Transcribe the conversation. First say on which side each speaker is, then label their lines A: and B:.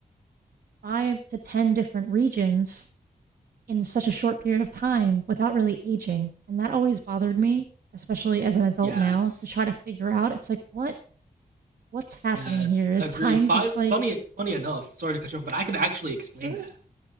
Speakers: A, on the right; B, on the right.
A: five to ten different regions in such a short period of time without really aging and that always bothered me especially as an adult
B: Yes,
A: now to try to figure out it's like what what's happening
B: yes,
A: here is
B: agree.
A: time
B: Fine,
A: just like
B: funny, funny enough. Sorry to cut you off, but I can actually explain
A: "It's okay
B: that.